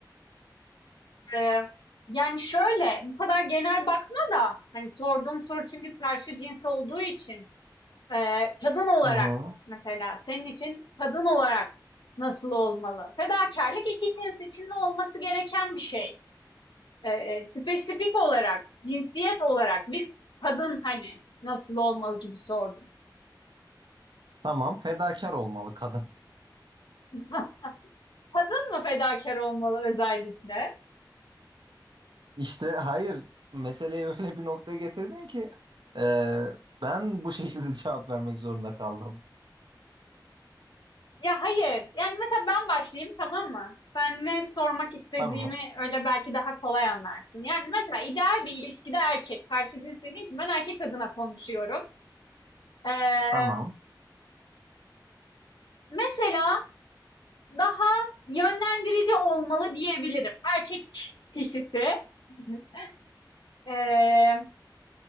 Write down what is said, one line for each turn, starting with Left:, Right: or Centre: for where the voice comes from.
Left: Ee, yani şöyle, bu kadar genel bakma da hani sorduğum soru çünkü karşı cins olduğu için ee, kadın olarak
Right: Hı hı.
Left: mesela senin için kadın olarak nasıl olmalı? Fedakarlık iki cins içinde olması gereken bir şey. Ee, e, spesifik olarak, cinsiyet olarak bir kadın hani nasıl olmalı gibi sordum.
Right: Tamam, fedakar olmalı kadın. <laughs>
Left: <laughs> Kadın mı fedakar olmalı özellikle?
Right: İşte hayır, meseleyi öyle bir noktaya getirdin ki e, ben bu şekilde <laughs> cevap vermek zorunda kaldım.
Left: Ya hayır. Yani mesela ben başlayayım tamam mı? Sen ne sormak istediğimi
Right: Tamam,
Left: öyle belki daha kolay anlarsın. Yani mesela ideal bir ilişkide erkek. Karşı cins dediğin için ben erkek adına konuşuyorum. Ee,
Right: tamam.
Left: mesela daha yönlendirici olmalı diyebilirim. Erkek kişisi. <laughs> Ee,